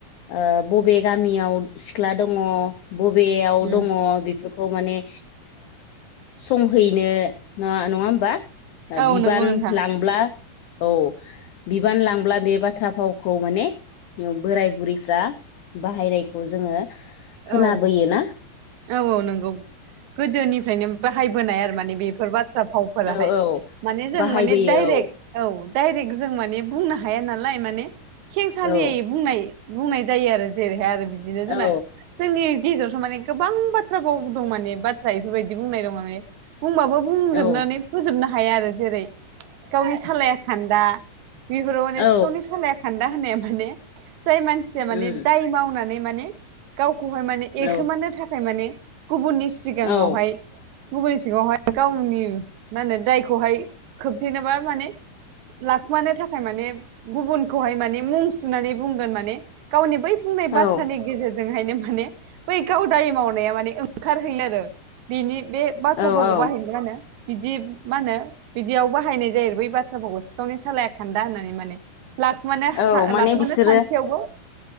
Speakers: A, on the left (about 80°); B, on the right (about 80°).
A: ओ बबे गामियाव सिख्ला दङ बबेयाव
B: उम
A: दङ बे बेखौ ओ माने संहैनो ना नङा होमबा
B: औ
A: बिबान
B: नंगौ नोंथां
A: लांब्ला औ बिबान लांब्ला बे बाथ्रा फावखौ माने बोराय बुरै फ्रा बाहायनायखौ जोङो खोनाबोयोना।
B: औ औ औ नंगौ गोदोनिफ्रायनो बाहायबोनाय आरो माने बेफोर बाथ्रा फावफोराहाय
A: औ औ
B: माने जों
A: बाहायबोयो
B: माने डाइरेक्ट औ दडाइरेक्ट जों माने बुंनो हाया नालाय माने खेंसालियै
A: औ
B: बुंनाय बुंनाय जायो आरो जेरैहाय आरो बिदिनो जोंना
A: औ
B: जोंनि गेजेरावथ' माने गोबां बाथ्राबाव दं माने बाथ्रा इफोरबायदि बुंनाय दं माने बुंबाबो बुंजोबनानै
A: औ
B: फोजोबनो हाया आरो जेरै सिखावनि सालाया खान्दा बेफोराव माने
A: औ
B: सिखावनि सालाया खान्दा होन माने जाय मानसिया माने
A: उम
B: दाय मावनानै माने गावखौहाय माने एखोमानो
A: औ
B: थाखाय माने गुबुननि सिगाङावहाय
A: औ
B: गुबुननि सिगावहाय गावनि मा होनो दायखौहाय खोबथेनोबा माने लाखुमानो थाखाय माने गुबुनखौहाय माने मुं सुनानै बुंगोन माने गावनि बै बुंनाय बाथ्रानि
A: औ
B: गेजेरजोंहायनो माने गावदाय मावनाया माने ओंखारहैयो आरो बिनि बे बाथ्रा
A: औ
B: भावखौ
A: औ
B: बाहायनायखो मा होनो बिदि मा होनो बिदियाव बाहायनाय जायो आरो बै बाथ्राफोरखौ सिखावनि सालाया खान्दा होननानै माने लाख लाखुमानो
A: औ माने
B: लाखुमानो
A: बिसोरो
B: सानसेयावबो